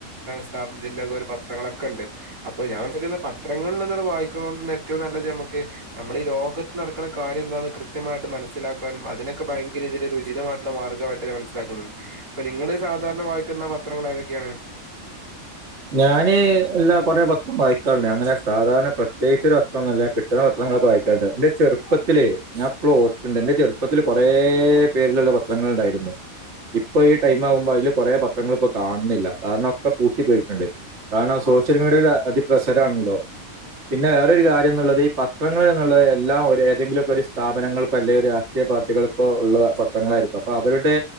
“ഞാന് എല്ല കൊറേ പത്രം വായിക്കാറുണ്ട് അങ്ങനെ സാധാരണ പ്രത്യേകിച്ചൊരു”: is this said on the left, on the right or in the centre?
Right